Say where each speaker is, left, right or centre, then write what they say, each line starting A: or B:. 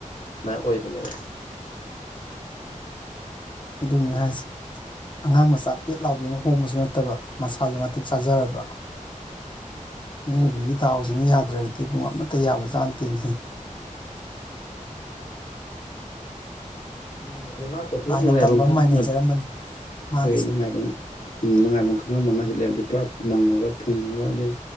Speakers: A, on the left (about 80°); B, on the left (about 35°).
A: ꯃꯥ ꯑꯣꯏꯕꯅꯦꯕ
B: ꯑꯗꯨꯝꯅꯤ ꯍꯥꯏꯁꯦ ꯑꯉꯥꯡ ꯃꯆꯥ ꯄꯦꯠ ꯂꯥꯎꯕꯤ ꯑꯃ ꯍꯣꯡꯕꯁꯨ ꯅꯠꯇꯕ ꯃꯁꯥꯁꯨ ꯃꯇꯤꯛ ꯆꯥꯖꯔꯕ ꯃꯤꯑꯣꯏꯕꯒꯤ ꯗꯥꯥꯎꯁꯤꯅ ꯌꯥꯗ꯭ꯔꯒꯗꯤ ꯄꯨꯡ ꯑꯃꯠꯇ ꯌꯥꯕ ꯆꯥꯅ ꯇꯤꯟꯈꯤ <unintelligible>
A: ꯅꯨꯡꯉꯥꯏꯈꯦ ꯃꯥꯁꯨ
B: ꯂꯥꯏꯅ
A: ꯅꯨꯡꯉꯥꯏꯕ
B: ꯇꯝꯕ ꯑꯃ ꯃꯥꯏ
A: ꯈ
B: ꯂꯩꯖꯔꯝꯃꯅꯤ ꯃꯥꯒꯤꯁꯨ
A: ꯍꯣꯏ ꯅꯨꯡꯉꯥꯏꯕ ꯅꯨꯡꯉꯥꯏꯕ ꯈꯪꯉꯕ ꯃꯥꯁꯤꯦ ꯂꯩꯗ ꯄꯨꯔꯥ ꯃꯪꯉꯒ ꯐꯨꯡꯉꯒ ꯑꯗꯩ